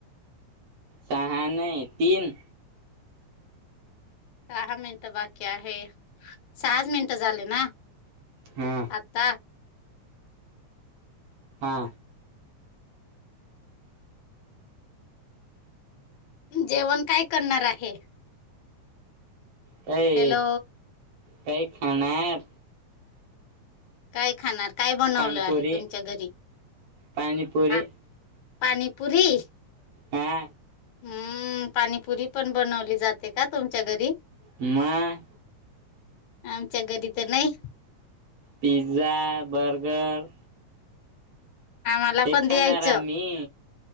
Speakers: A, on the right (about 60°); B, on the left (about 75°).
A: सहाण तीन.
B: सहा मिनिटं बाकी आहे सहाच मिनिटं झाले ना.
A: हा.
B: आत्ता.
A: हा.
B: जेवण काय करणार आहे?
A: काय
B: हॅलो
A: काही खाणार.
B: काय खाणार काय बनवलं
A: पानपुरी
B: आहे तुमच्या घरी
A: पाणीपुरी
B: हा? पानीपुरी
A: हा.
B: हम्म पाणीपुरी पण बनवली जाते का तुमच्या घरी?
A: मग
B: आमच्या घरी तर नाही.
A: पि्झा बर्गर
B: आम्हाला
A: हे
B: पण द्यायचं
A: खाणार आम्ही